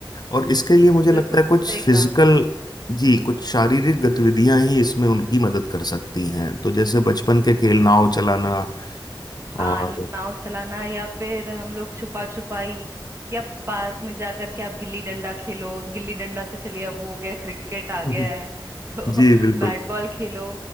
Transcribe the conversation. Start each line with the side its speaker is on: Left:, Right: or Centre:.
Left: और इसके लिए मुझे
Right: बिल्कुल
Left: लगता है कुछ
Right: सही
Left: फिजिकल
Right: कहा
Left: जी कुछ शारीरिक गतिविधियां ही इसमें उनकी मदद कर सकती हैं तो जैसे बचपन के खेल नाव चलाना और
Right: हाँ नाव चलाना या फिर हम लोग छुपा छुपाई या पार्क में जाकर के आप गिल्ली डंडा खेलो गिल्ली डंडा से चलिए अब वो हो गया क्रिकेट आ गया
Left: हम्म।
Right: है <laughs> तो
Left: जी बिल्कुल
Right: बैट बॉल खेलो